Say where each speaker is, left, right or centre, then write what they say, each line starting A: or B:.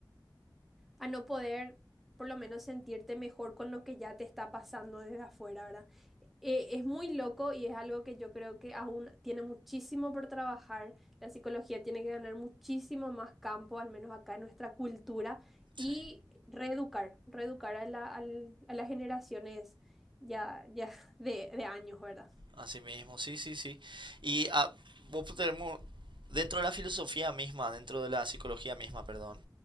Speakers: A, in the centre; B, on the right.
A: a no poder por lo menos sentirte mejor con lo que ya te está pasando desde afuera, ¿verdad? Eh, es muy loco y es algo que yo creo que aún tiene muchísimo por trabajar. La psicología tiene que ganar muchísimo más campo, al menos acá en nuestra cultura,
B: sí.
A: y reeducar, reeducar a la- al- a las generaciones ya, ya <laughs> de, de años, ¿verdad?
B: Así mismo, sí, sí, sí. Y ah, vos tenemos, dentro de la filosofía misma, dentro de la psicología misma, perdón,